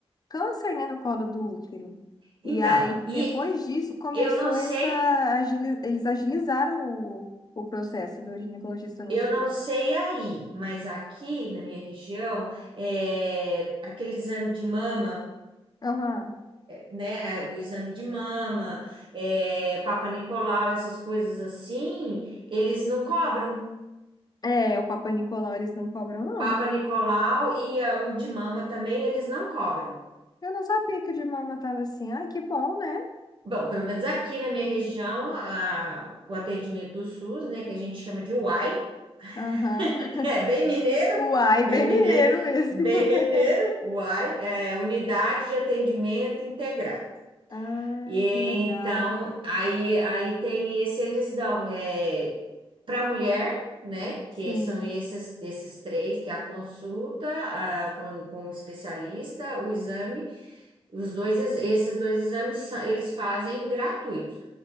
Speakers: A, on the left; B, on the right.
A: câncer, né, no colo do útero.
B: Então,
A: E aí, depois
B: e
A: disso, começou
B: eu não sei,
A: essa. agili- Eles agilizaram o, o processo do ginecologista no
B: eu
A: SUS.
B: não sei aí, mas aqui na minha região, é, aquele exame de mama.
A: Aham.
B: né, é, o exame de mama, é, Papa Nicolau, essas coisas assim, eles não cobram.
A: É, o Papai Nicolau eles não cobram, não.
B: Papa Nicolau e a- o de mama também, eles não cobram.
A: Eu não sabia que o de Malma tava assim. Ah, que bom, né?
B: Bom, pelo menos aqui na minha região, a- o atendimento do SUS, né, que a gente chama de UAI,
A: Aham.
B: <laughs>
A: <laughs>
B: é bem mineiro,
A: Uai,
B: bem
A: bem
B: mineiro,
A: mineiro mesmo.
B: bem
A: <laughs>
B: mineiro, UAI, é Unidade de Atendimento Integrado.
A: Ah,
B: E
A: que legal.
B: então, aí, aí tem esse, eles dão é, para a mulher, né? Que
A: Sim.
B: são esses, esses três, que é a consulta a- com, com o especialista, o exame, os dois, ex- esses dois exames sa- eles fazem gratuitos.